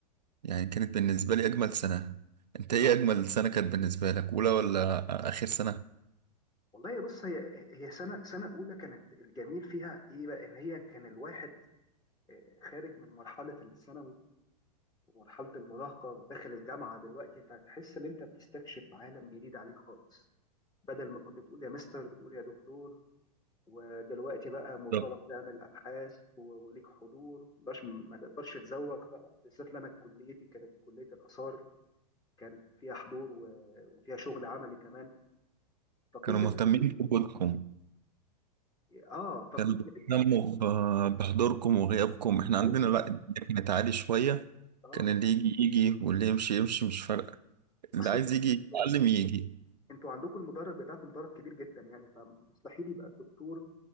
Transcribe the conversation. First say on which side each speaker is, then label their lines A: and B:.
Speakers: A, on the right; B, on the left.
A: يعني كانت بالنسبة لي أجمل سنة أنت إيه أجمل سنة كانت بالنسبة لك أولى ولا آخر سنة؟
B: والله يا بص هي هي سنه سنه اولى كانت الجميل فيها ايه بقى ان هي كان الواحد آه، خارج من مرحله الثانوي ومرحله المراهقه وداخل الجامعه دلوقتي فتحس ان انت بتستكشف عالم جديد عليك خالص بدل ما كنت بتقول يا مستر بتقول يا دكتور ودلوقتي بقى مطالب
A: بالظبط.
B: تعمل ابحاث و- وليك حضور ما تقدرش ما تقدرش تزوق بقى بالذات لأن انا كليتي كانت كليه الاثار كانت فيها حضور و- وفيها شغل عملي كمان فكنت
A: كانوا مهتمين
B: بتلاقي
A: بوجودكم
B: اه فكنت
A: كانوا بيهتموا آه، بحضوركم وغيابكم إحنا عندنا
B: جدا
A: لأ الدنيا كانت عالي شوية
B: اه
A: كان اللي يجي يجي واللي يمشي يمشي مش فارقة اللي
B: اصل
A: عايز
B: انتوا
A: يجي يتعلم يجي
B: انتوا عندكم المدرج بتاعكم مدرج كبير جدا يعني فمستحيل يبقى الدكتور